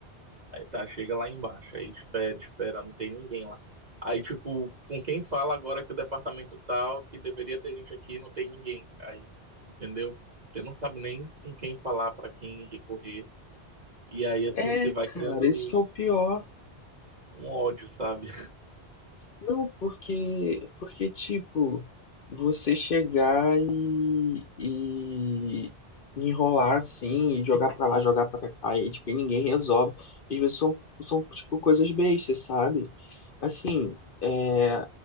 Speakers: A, on the right (about 40°); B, on the left (about 60°).
A: Aí tá, chega lá embaixo, aí espera, espera, não tem ninguém lá. Aí, tipo, com quem fala agora que o departamento tal, que deveria ter gente aqui, não tem ninguém. Aí, entendeu? Você não sabe nem com quem falar, pra quem recorrer. E aí, assim,
B: É,
A: você vai
B: cara,
A: criando
B: isso que é o pior.
A: um ódio, sabe? <laughs>
B: Não, porque, porque tipo, você chegar e, e enrolar assim, e jogar pra lá, jogar pra cá, e tipo, e ninguém resolve. Às vezes são, são tipo, coisas bestas, sabe? Assim, é,